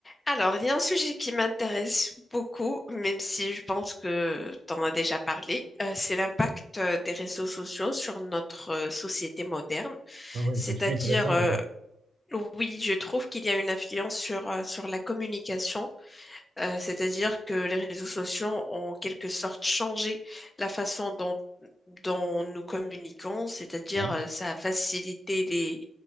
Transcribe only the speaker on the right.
Ah ouais,
c'est un sujet intéressant.
hein.
Ouais.